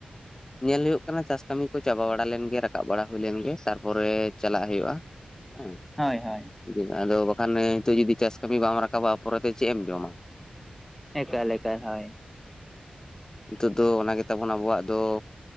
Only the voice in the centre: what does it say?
ᱦᱳᱭ ᱦᱳᱭ ᱾
ᱮᱠᱟᱞ ᱮᱠᱟᱞ ᱦᱳᱭ ᱾